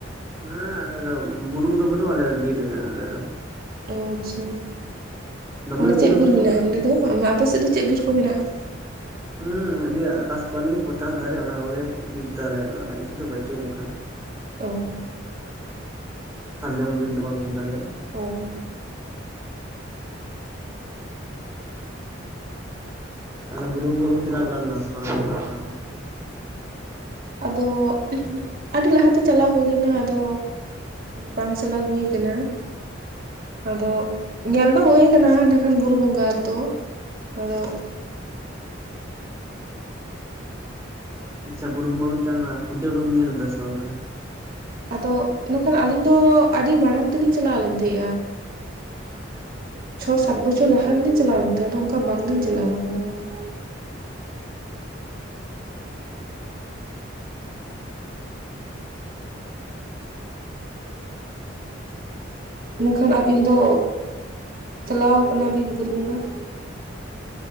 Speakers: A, on the right; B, on the right.
A: ᱦᱮᱸ ᱟᱞᱮ ᱫᱚ ᱵᱩᱨᱩ ᱠᱚᱫᱚ ᱵᱟᱱᱩᱜᱼᱟ ᱟᱞᱮ ᱫᱚ ᱵᱤᱨ ᱢᱮᱱᱟᱜ-ᱟ ᱟᱞᱮ ᱫᱚ᱾
B: ᱚ ᱟᱪᱪᱷᱟ
A: ᱫᱚᱢᱮ
B: ᱛᱟᱦᱞᱮ ᱪᱮᱫ
A: ᱦᱚᱸ
B: ᱵᱤᱨ
A: ᱵᱟᱹᱱᱩᱜᱼᱟ
B: ᱢᱮᱱᱟᱜᱼᱟ ᱚᱸᱰᱮ ᱫᱚ, ᱟᱸ ᱟᱯᱮ ᱥᱮᱫ ᱫᱚ ᱪᱮᱫ ᱵᱤᱨ ᱠᱚ ᱢᱮᱱᱟᱜᱼᱟ?
A: ᱩᱸ ᱤᱭᱟᱹ ᱟᱠᱟᱥᱯᱟᱱᱤ ᱯᱚᱴᱟᱥ ᱫᱟᱨᱮ ᱚᱱᱟ ᱠᱚᱜᱮ ᱵᱤᱨ ᱫᱚ ᱟᱞᱮᱭᱟᱜ ᱫᱚ ᱮᱴᱟᱜ ᱠᱤᱪᱷᱩ ᱫᱚ ᱵᱟᱹᱪᱩᱜᱼᱟ ᱚᱝᱠᱟ ᱼᱼ
B: ᱛᱚ
A: ᱥᱟᱨᱡᱟᱢ ᱵᱤᱨ ᱫᱚ ᱵᱟᱝ ᱠᱟᱱ ᱛᱟᱞᱮᱭᱟ᱾
B: ᱚ
A: ᱛᱟᱦᱞᱮ ᱵᱩᱨᱩ ᱵᱚᱸᱜᱟ ᱵᱤᱱ ᱪᱟᱞᱟᱣ ᱵᱟᱲᱟ ᱞᱮᱱᱟ ᱥᱮᱵᱟᱝ <inaudible> ᱫᱚ ᱵᱟᱝ?
B: ᱟᱫᱚ ᱩᱸᱦ ᱩᱸ ᱟᱹᱰᱤ ᱞᱟᱦᱟᱛᱮ ᱪᱟᱞᱟᱣ ᱦᱩᱭ ᱞᱮᱱᱟ ᱟᱫᱚ ᱵᱟᱝ ᱪᱟᱞᱟᱣ ᱦᱩᱭ ᱠᱟᱱᱟ᱾ ᱟᱫᱚ ᱧᱮᱞ ᱫᱚ ᱦᱩᱭ ᱠᱟᱱᱟ ᱤᱱᱟᱹ ᱠᱷᱟᱱ ᱵᱩᱨᱩ ᱵᱚᱸᱜᱟ ᱟᱫᱚ, ᱟᱫᱚ
A: ᱟᱪᱪᱷᱟ ᱵᱩᱨᱩ ᱵᱚᱸᱜᱟ ᱵᱤᱱ ᱪᱟᱞᱟᱣ ᱞᱮᱱᱟ ᱯᱩᱡᱟᱹ ᱠᱚᱵᱤᱱ ᱧᱮᱞ ᱞᱮᱫᱟ ᱥᱮ ᱵᱟᱝ ᱛᱟᱦᱞᱮ?
B: ᱟᱫᱚ ᱤᱱᱟᱹ ᱠᱷᱟᱱ ᱟᱹᱞᱤᱧ ᱫᱚ ᱟᱹᱰᱤ ᱢᱟᱲᱟᱝ ᱛᱮᱞᱤᱧ ᱪᱟᱞᱟᱣ ᱞᱮᱱ ᱛᱟᱦᱮᱸᱜᱼᱟ᱾ ᱪᱷᱚ ᱥᱟᱛ ᱵᱚᱪᱷᱚᱨ ᱞᱟᱦᱟ ᱨᱮᱞᱤᱧ ᱪᱟᱞᱟᱣ ᱞᱮᱱ ᱛᱟᱦᱮᱸ ᱟᱫᱚ ᱚᱝᱠᱟ ᱵᱟᱝᱞᱤᱧ ᱪᱟᱞᱟᱣ ᱠᱟᱱᱟ ᱾ ᱤᱱᱟᱹ ᱠᱷᱟᱱ ᱟᱹᱵᱤᱱ ᱫᱚ ᱪᱟᱞᱟᱣ ᱠᱟᱱᱟ ᱵᱤᱱ ᱵᱩᱨᱩ ᱵᱚᱸᱜᱟ?